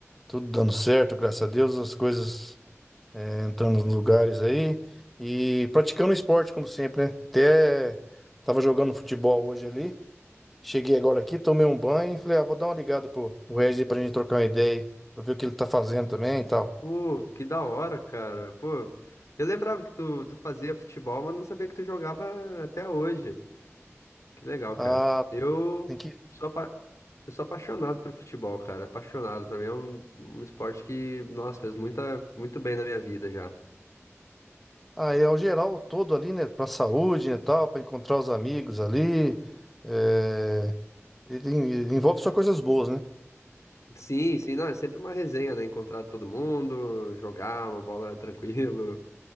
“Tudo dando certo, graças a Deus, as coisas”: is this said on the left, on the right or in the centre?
Centre